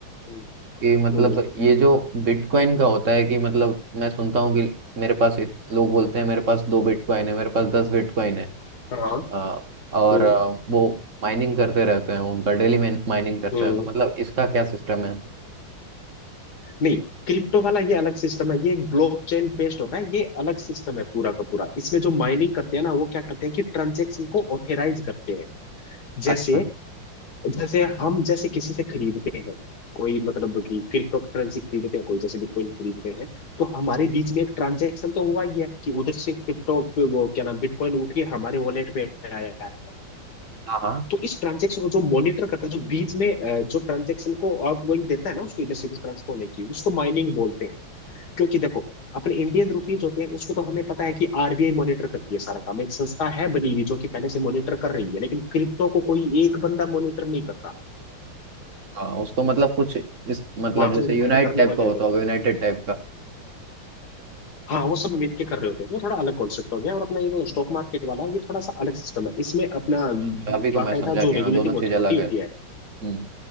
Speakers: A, on the left (about 50°); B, on the right (about 45°).
A: हम्म
B: कि मतलब
A: हम्म,
B: ये जो बिटकॉइन का होता है कि मतलब मैं सुनता हूँ कि मेरे पास इत- लोग बोलते हैं मेरे पास दो बिटकॉइन है मेरे पास दस बिटकॉइन है
A: हाँ
B: अ, और
A: हम्म
B: अ, वो माइनिंग करते रहते हैं उनका डेली माइनिंग करते
A: हम्म
B: हैं तो मतलब इसका क्या सिस्टम है
A: नहीं क्रिप्टो वाला ये अलग सिस्टम है ये एक ब्लॉकचेन बेस्ड होता है ये अलग सिस्टम है पूरा का पूरा इसमें जो माइनिंग करते हैं ना वो क्या करते हैं कि ट्रांजेक्शन को ऑथराइज करते हैं जैसे
B: अच्छा
A: जैसे हम जैसे किसी से खरीदते हैं कोई मतलब कि क्रिप्टो करेंसी खरीदते हैं कोई जैसे बिटकॉइन खरीदते हैं तो हमारे बीच में एक ट्रांजेक्शन तो हुआ ही है कि उधर से क्रिप्टो वो क्या नाम बिटकॉइन उठ के हमारे वॉलेट में आया है
B: हाँ हाँ
A: तो इस ट्रांजेक्शन को जो मॉनिटर करता है जो बीच में अ, जो ट्रांजेक्शन को आप वही देता है ना उसको इधर से इधर ट्रांसफर होने की उसको माइनिंग बोलते हैं क्योंकि देखो अपने इंडियन रुपीज होते हैं उसको तो हमें पता है कि आरबीआई मॉनिटर करती है सारा काम एक संस्था है बनी हुई जो कि पहले से मॉनिटर कर रही है लेकिन क्रिप्टो को कोई एक बंदा मॉनिटर नहीं करता
B: हाँ उसको मतलब कुछ इस मतलब
A: वहां
B: जैसे
A: से वो
B: यूनाइट
A: माइन करने
B: टाइप
A: वाले
B: का होता
A: होते हैं
B: होगा यूनाइटेड टाइप का
A: हाँ वो सब मिलके कर रहे होते हैं वो थोड़ा अलग कॉन्सेप्ट हो गया और अपना ये स्टॉक मार्केट वाला ये थोड़ा सा अलग सिस्टम है इसमें अपना
B: अच्छा अच्छा अभी को
A: बाकायदा
B: मैं समझा
A: जो
B: कि हाँ
A: रेगुलेटिंग
B: दोनों
A: अथॉरिटी
B: चीज अलग
A: होती
B: है
A: है
B: हम्म